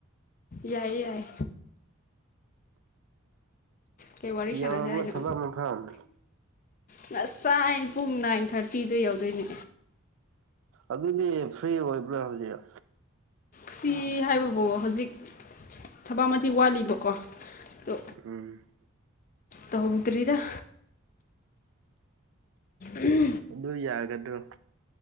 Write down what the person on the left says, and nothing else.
ꯌꯥꯏꯌꯦ ꯌꯥꯏ ꯀꯩ ꯋꯥꯔꯤ
ꯁꯥꯟꯅꯁꯦ ꯍꯥꯢꯅꯣ
ꯉꯁꯥꯏꯅ ꯄꯨꯡ ꯅꯥꯏꯟ ꯊꯥꯔꯇꯤꯗ ꯌꯧꯗꯣꯏꯅꯦ
ꯐ꯭ꯔꯤ ꯍꯥꯏꯕꯕꯨ ꯍꯧꯖꯤꯛ ꯊꯕꯛ ꯑꯃꯗꯤ ꯋꯥꯠꯂꯤꯕꯀꯣ ꯑꯗꯣ
ꯇꯧꯗ꯭ꯔꯤꯗ ꯎꯝ